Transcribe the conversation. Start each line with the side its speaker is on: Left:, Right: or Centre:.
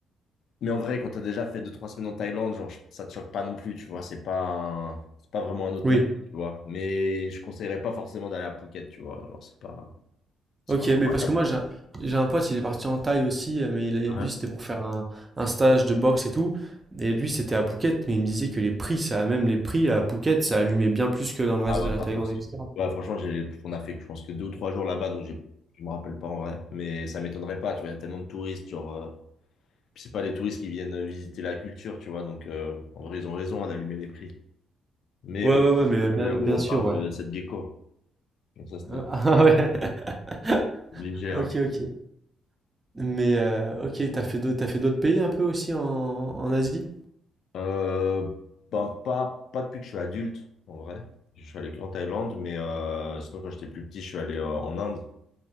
Left: Mais en vrai, quand t'as déjà fait deux trois semaines en Thaïlande, genre, ça te choque pas non plus, tu vois, c'est pas un- c'est pas vraiment un autre
Right: Oui.
Left: niveau, tu vois. Mais je conseillerais pas forcément d'aller à Phuket, tu vois, genre, c'est pas. C'est
Right: Ok,
Left: pas
Right: mais
Left: incroyable.
Right: parce que moi, j'ai un, j'ai un pote, il est parti en Thaï aussi, euh, mais il est-
Left: Hein
Right: lui, c'était pour faire un, un stage de boxe et tout, et lui, c'était à Phuket, mais il me disait que les prix, ça, même les prix à Phuket, ça allumait bien plus que dans le reste
Left: Ah ouais,
Right: de la
Left: c'est
Right: Thaïlande,
Left: impossible.
Right: etc. quoi.
Left: Ouais, franchement, j'ai, on a fait, je pense que deux ou trois jours là-bas, donc j'ai- je me rappelle pas en vrai. Mais ça m'étonnerait pas, tu vois, il y a tellement de touristes, genre, euh, Puis c'est pas les touristes qui viennent visiter la culture, tu vois. Donc, euh, en vrai, ils ont raison hein, d'allumer les prix. Mais
Right: Ouais,
Left: au
Right: ouais, ouais,
Left: moins,
Right: mais
Left: je suis
Right: bien,
Left: allé au
Right: bien sûr,
Left: bar de
Right: ouais.
Left: cette gecko. Donc, ça, c'était
Right: Euh, <laughs> Ah ouais. <laughs>
Left: obligé.
Right: Ok,
Left: hein.
Right: ok. Mais euh, ok, t'as fait d'autres, t'as fait d'autres pays un peu aussi en, en Asie?
Left: Euh, ben, pas, pas depuis que je suis adulte, en vrai. Je suis allé qu'en Thaïlande, mais euh, sinon, quand j'étais plus petit, je suis allé euh, en Inde.